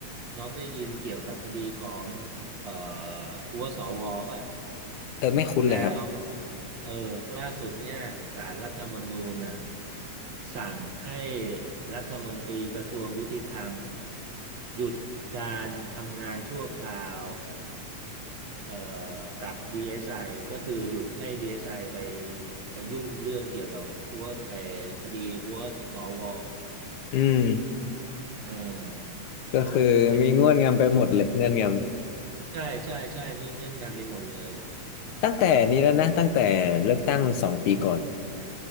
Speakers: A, on the right; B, on the left.
A: น้องได้ยินเกี่ยวกับคดีของเอ่อหัวสวป่ะ
B: เออไม่คุ้นเลยครับ
A: แล้วเออล่าสุดเนี่ยศาลรัฐธรรมนูญน่ะสั่งให้รัฐมนตรีกระทรวงยุติธรรมหยุดการทำงานชั่วคราว เอ่อกับ DSI ก็คือหยุดให้ DSI ไอไปไปยุ่งเรื่องเกี่ยวกับหัวไอ้คดีหัวสว
B: อืม
A: เออเขาใหญ่
B: ก็คือมีเงื่อนงำไปหมดเลยเงื่อนง
A: ใช่ใช่ใช่มีเงื่อนงำไปหมดเลย
B: ำตั้งแต่นี้แล้วนะตั้งแต่เลือกตั้งสองปีก่อน